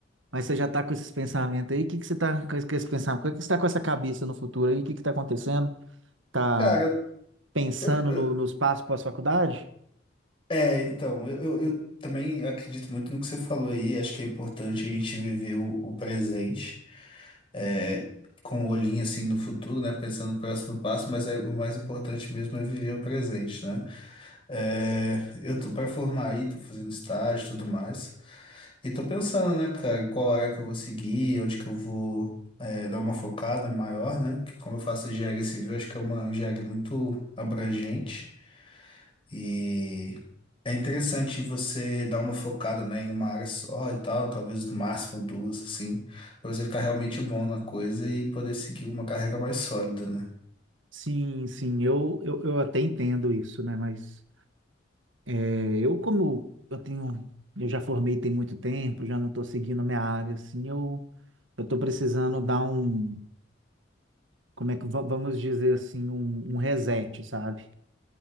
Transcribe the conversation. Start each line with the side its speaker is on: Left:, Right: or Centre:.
Right: Mas você já tá com esses pensamentos aí? O que que você tá com esses pensamentos? O que que você tá com essa cabeça no futuro aí? O que que tá acontecendo? Tá
Left: Cara,
Right: pensando
Left: eu, eu-
Right: no, nos passos pós-faculdade?
Left: é, então, eu, eu, eu também acredito muito no que você falou aí, acho que é importante a gente viver o, o presente, é, com o olhinho assim no futuro, né, pensando no próximo passo, mas é, o mais importante mesmo é viver o presente, né? É, eu tô pra formar aí, tô fazendo estágio e tudo mais. E tô pensando, né, cara, em qual área que eu vou seguir, onde que eu vou é, dar uma focada maior, né? Porque como eu faço engenharia civil, acho que é uma engenharia muito abrangente e é interessante você dar uma focada, né, em uma área só e tal, talvez no máximo duas, assim, pra você ficar realmente bom na coisa e poder seguir uma carreira mais sólida, né?
Right: Sim, sim, eu, eu, eu até entendo isso, né? Mas. É, eu como eu tenho, eu já formei tem muito tempo, já não estou seguindo minha área, assim, eu eu estou precisando dar um, como é que va- vamos dizer assim, um, um reset, sabe?